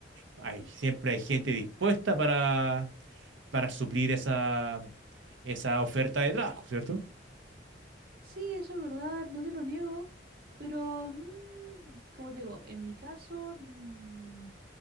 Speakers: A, on the right (about 80°); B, on the right (about 50°).
A: hay, siempre hay gente dispuesta para, para suplir esa, esa oferta de trabajo, ¿cierto?
B: Sí, eso es verdad, no te lo niego. Pero, mm, como te digo, en mi caso, mm,